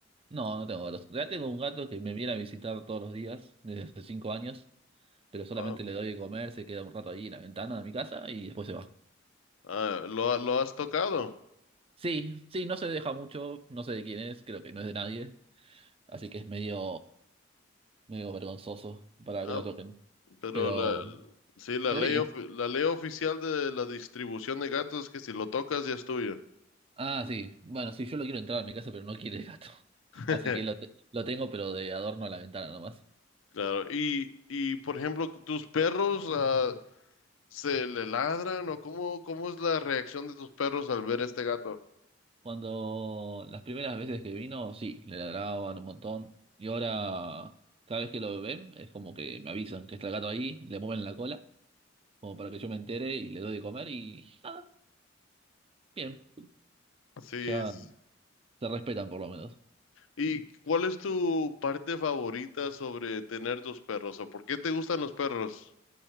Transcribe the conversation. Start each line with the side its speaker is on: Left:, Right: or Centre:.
Right: No, no tengo gatos. Ya tengo un gato que me viene a visitar todos los días, desde hace cinco años. pero solamente
Left: Ah,
Right: le doy de comer, se queda un rato ahí en la ventana de mi casa y después se va.
Left: ah, ¿lo, lo has tocado?
Right: Sí, sí, no se deja mucho, no sé de quién es, creo que no es de nadie, así que es medio, medio vergonzoso para
Left: Ah,
Right: que lo toquen.
Left: Pero
Right: Pero,
Left: la, sí, la
Right: pero
Left: ley,
Right: viene.
Left: ofi- la ley oficial de la distribución de gatos es que si lo tocas ya es tuyo.
Right: Ah, sí, bueno, sí, yo lo quiero entrar a mi casa, pero no quiere el gato. <laughs>
Left: <laughs>
Right: Así que lo, te- lo tengo, pero de adorno a la ventana nomás.
Left: Claro. Y, y por ejemplo, tus perros ah, se le ladran o cómo, cómo es la reacción de tus perros al ver este gato.
Right: Cuando las primeras veces que vino, sí, le ladraban un montón. Y ahora, cada vez que lo ven, es como que me avisan que está el gato ahí, le mueven la cola. como para que yo me entere y le doy de comer y ah, bien,
Left: Sí.
Right: ya
Left: s-
Right: se respetan por lo menos.
Left: ¿Y cuál es tu parte favorita sobre tener tus perros o por qué te gustan los perros?